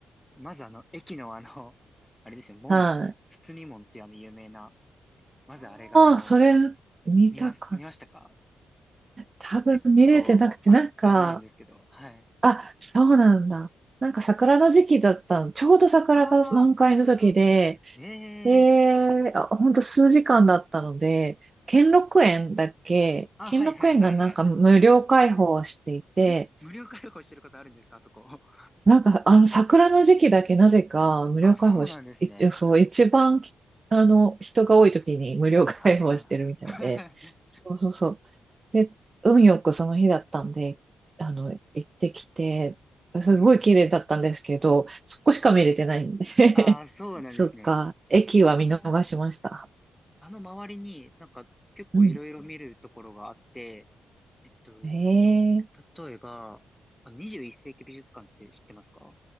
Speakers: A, in the centre; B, on the right (about 30°).
A: まずあの、駅のあの、あれですよ、門、
B: はい。
A: つ包み門っていうあの、有名な、まずあれがもう、
B: ああ、それ
A: あ、
B: 見たかっ
A: 見ます、見ましたか
B: た、多分見れてなくて、
A: 結構もう圧巻なんですけど、
B: なんか、
A: はい。
B: あ、そうなんだ。なんか桜の時期だったの。ちょうど桜が満開の時で、
A: ああ、ええー。
B: で、あ、ほんと数時間だったので、兼六園だっけ、
A: あ、
B: 兼六園がなんか無料開放していて、
A: はいはいはいはい。え、無料開放してることあるんですか、あそこ。<laughs>
B: なんか、あの、桜の時期だけなぜか無料開放し、
A: あ、そうなんですね。
B: いそう、一番、あの、人が多い時に無料開放してるみたいで、
A: はいはいはい。<laughs>
B: そうそうそう。で、運よくその日だったんで、あの、行ってきて、
A: はいはいはい。
B: すごい綺麗だったんですけど、そこしか見れてないんで <laughs>
A: ああ、そうなんですね。
B: そっか、駅は見逃しました。
A: あの、あの周りになんか結構いろいろ見るところがあって、
B: うん。
A: えっと、
B: へえ。
A: 例えば、あ21世紀美術館って知ってますか